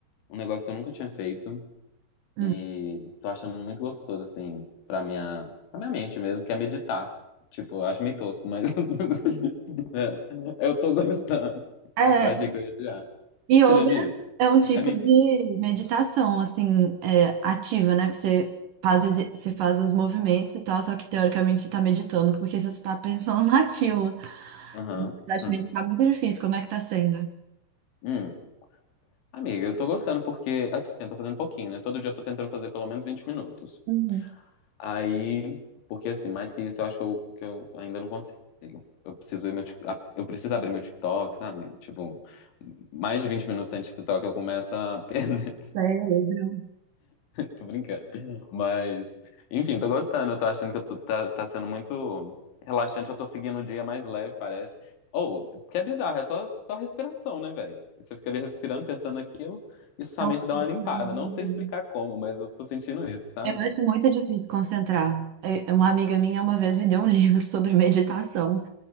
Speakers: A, on the left; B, on the right.
A: um negócio que eu nunca tinha feito.
B: Hum.
A: E tô achando muito gostoso, assim, pra minha, pra minha mente mesmo, que é meditar. Tipo, eu acho meio tosco, mas <laughs> é, eu tô gostando.
B: É,
A: Eu achei que eu ia odiar.
B: Yoga
A: Você medita?
B: é um tipo
A: É meio
B: de
A: que.
B: meditação, assim, é, ativa, né? Porque você faz, exer- você faz os movimentos e tal, só que teoricamente você tá meditando, porque você está pensando <laughs> naquilo.
A: Aham.
B: Você acha
A: Hum.
B: meditar muito difícil, como é que tá sendo?
A: Hum. Amiga, eu tô gostando porque, assim, eu tô fazendo pouquinho, né? Todo dia eu tô tentando fazer pelo menos 20 minutos.
B: Uhum.
A: Aí, porque assim, mais que isso, eu acho que eu, que eu ainda não consigo. Eu preciso ir meu, Tik- a- eu preciso abrir meu TikTok, sabe? Tipo, mais de 20 minutos sem TikTok eu começo a <laughs> perder.
B: Cérebro.
A: Tô brincando. Mas, enfim, tô gostando. Eu tô achando que eu tô- tá, tá sendo muito relaxante. Eu tô seguindo o dia mais leve, parece. Ou, que é bizarro, é só, só respiração, né, velho? Você fica ali respirando, pensando naquilo, e sua
B: É um
A: mente dá uma limpada.
B: caso.
A: Não sei explicar como, mas eu tô sentindo isso, sabe?
B: Eu acho muito difícil concentrar. É, Uma amiga minha uma vez me deu um livro <laughs> sobre meditação